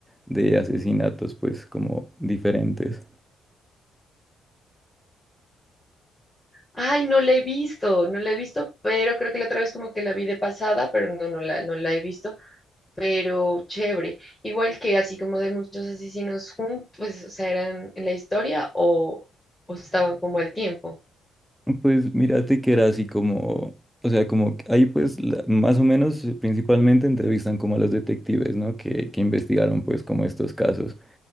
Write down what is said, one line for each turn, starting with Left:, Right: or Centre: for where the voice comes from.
Centre: de asesinatos pues como diferentes.
Left: Ay, no la he visto, no la he visto, pero creo que la otra vez como que la vi de pasada, pero no, no la, no la he visto, pero chévere. Igual que así como de muchos asesinos juntos, pues, o sea, eran en la historia o, o estaban como al tiempo.
Centre: Pues mírate que era así como, o sea, como que ahí pues la- más o menos eh, principalmente entrevistan como a los detectives, ¿no? Que, que investigaron pues como estos casos.